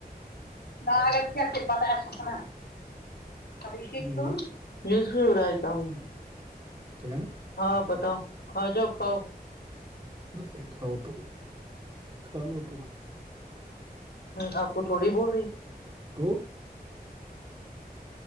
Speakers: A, on the left; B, on the right.
A: نہ اگر کیا پتہ ہے سا ہے نا ابھیشیک کی
B: اور
A: میں کی راہتا ہوں
B: کیا
A: ہاں بتاؤ آ جاؤ کاؤ
B: نہیں کھاؤ توم کھا لو توم
A: ہوں آپ کو تھوڑی بول رہی تھی
B: تو